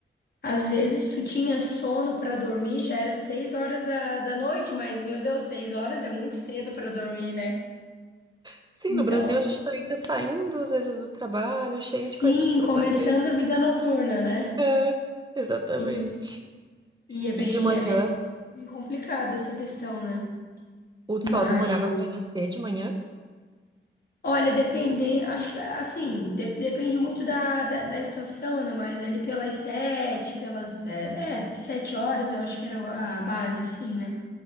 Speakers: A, on the left (about 50°); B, on the right (about 20°).
A: às vezes tu tinha sono para dormir, já era seis horas da, da noite, mas meu Deus, seis horas é muito cedo para dormir, né?
B: Sim,
A: Então,
B: no Brasil a gente tá ainda saindo às vezes do trabalho, cheio
A: sim,
B: de coisas pra
A: começando
B: fazer.
A: a vida noturna, né?
B: É, exatamente.
A: E, e é bem,
B: E de manhã
A: é bem, bem complicado essa questão, né?
B: O
A: Mas
B: sol demorava para nascer de manhã?
A: Olha, dependendo, acho que assim, de- depende muito da, da, da estação, né? Mas ali pelas sete, pelas, é, é, sete horas, eu acho que era a base, assim, né?